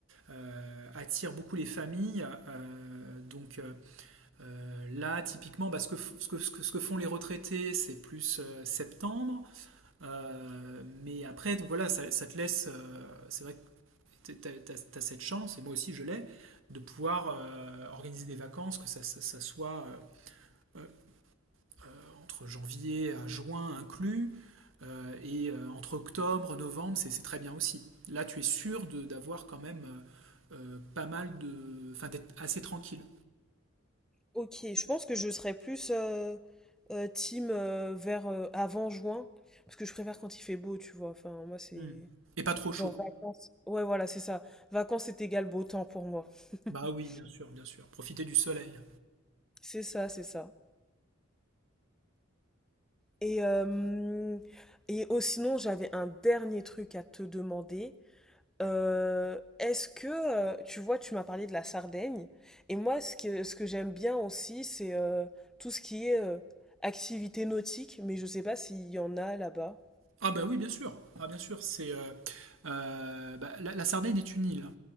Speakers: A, on the right; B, in the centre.
A: euh, attirent beaucoup les familles. Euh, donc euh, euh, là, typiquement, bah, ce, que, f- ce, que, ce que- ce que font les retraités, c'est plus euh, septembre. Euh, mais après, donc voilà, ça, ça te laisse, euh, c'est vrai tu as, as, cette chance, et moi aussi je l'ai, de pouvoir euh, organiser des vacances, que ça, ça, ça soit euh, euh, euh, entre janvier à juin inclus, euh, et euh, entre octobre, novembre, c'est très bien aussi. Là, tu es sûr d'avoir quand même euh, euh, pas mal de... Enfin, d'être assez tranquille.
B: Ok, je pense que je serais plus euh, euh, team euh, vers euh, avant juin, parce que je préfère quand il fait beau, tu vois. Enfin, moi, c'est
A: Mm. Et pas trop chaud.
B: genre vacances. Ouais, voilà, c'est ça. Vacances, c'est égal beau temps pour moi. <laughs>
A: Bah oui, bien sûr, bien sûr. Profiter du soleil.
B: C'est ça, c'est ça. Et, euh, et oh, sinon, j'avais un dernier truc à te demander. Euh, est-ce que, euh, tu vois, tu m'as parlé de la Sardaigne, et moi, ce que, ce que j'aime bien aussi, c'est euh, tout ce qui est euh, activité nautique, mais je sais pas s'il y en a là-bas.
A: Ah bah oui, bien sûr. Ah bien sûr, c'est euh, euh, bah, la, la Sardaigne est une île.